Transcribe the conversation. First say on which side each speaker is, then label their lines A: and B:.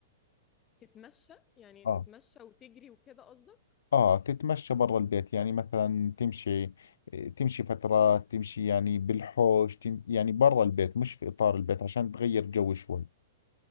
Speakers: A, on the left (about 25°); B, on the left (about 80°).
A: تتمشى يعني
B: آه
A: تتمشى وتجري وكده قصدك؟
B: آه تتمشى برا البيت يعني مثلا تمشي تمشي فترات تمشي يعني بالحوش تم يعني برا البيت مش في إطار البيت عشان تغير جو شوي